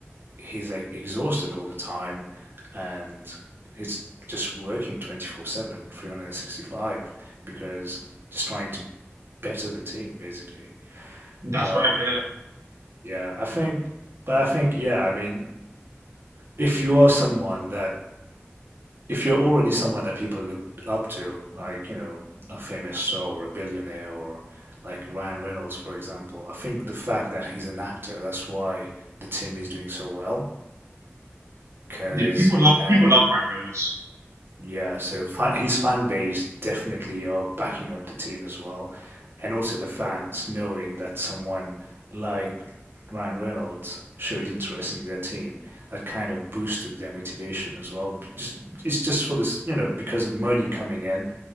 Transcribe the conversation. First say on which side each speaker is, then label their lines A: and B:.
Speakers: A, on the right; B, on the right.
A: He's like exhausted all the time, and he's just working twenty four seven, three hundred and sixty five, because just trying to better the team basically.
B: That's
A: But
B: right. Yeah.
A: yeah, I think, but I think yeah, I mean, if you are someone that if you're already someone that people look up to, like, you know, a famous star or a billionaire or like Ryan Reynolds, for example, I think the fact that he's an actor, that's why the team is doing so well. Because
B: Yeah. People love
A: uh,
B: people love Ryan Reynolds.
A: yeah, so fan, his fan base definitely are backing up the team as well. And also the fans knowing that someone like Ryan Reynolds showed interest in their team. That kind of boosted their motivation as well. B- Just it's just for this, you know, because of money coming in,